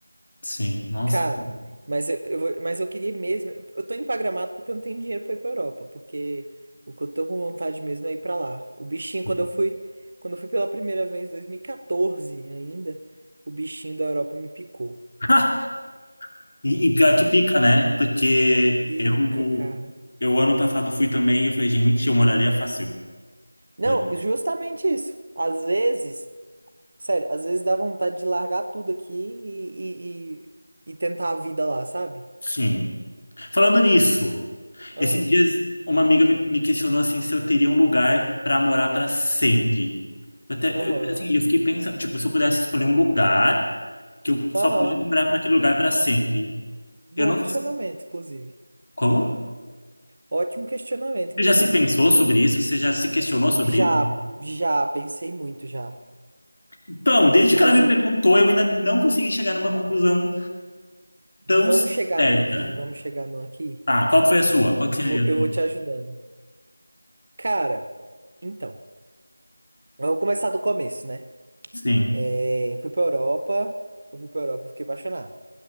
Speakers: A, on the left (about 45°); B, on the right (about 40°).
A: Sim, nossa.
B: Cara,
A: que
B: mas eu, eu vou- mas eu queria mesmo. Eu tô indo pra Gramado porque eu não tenho dinheiro pra ir pra Europa. Porque o que eu tô com vontade mesmo é ir pra lá. O bichinho,
A: Sim.
B: quando eu fui, quando eu fui pela primeira vez em 2014 ainda, o bichinho da Europa me picou.
A: <laughs> E, e pior que pica,
B: Me
A: né? Porque
B: pica,
A: eu,
B: cara.
A: eu ano passado fui também e eu falei, gente, eu moraria fácil.
B: Não,
A: Mas,
B: justamente isso. Às vezes, sério, às vezes dá vontade de largar tudo aqui e, e, e, e tentar a vida lá, sabe?
A: sim. Falando nisso.
B: Ah,
A: Esses dias, uma amiga me, me questionou assim se eu teria um lugar para morar para sempre. Eu até,
B: Aham,
A: eu, assim, eu fiquei pensando, tipo, se eu pudesse escolher um lugar que eu só
B: aham.
A: pudesse morar para aquele lugar para sempre.
B: Bom
A: Eu não.
B: questionamento, inclusive.
A: Como?
B: Ótimo questionamento,
A: Você
B: inclusive.
A: já se pensou sobre isso? Você já se questionou sobre
B: Já,
A: isso?
B: já, pensei muito já.
A: Então, desde
B: Inclusive,
A: que ela me perguntou, eu ainda não consegui chegar numa conclusão
B: vamos
A: tão certa.
B: chegar num aqui, vamos chegar num aqui.
A: Ah, qual que foi a sua? Qual
B: Eu
A: que
B: vou,
A: seria a
B: eu
A: sua?
B: vou te ajudando. Cara, então, vamos começar do começo, né?
A: Sim,
B: É, fui pra Europa, eu fui pra Europa e fiquei apaixonado.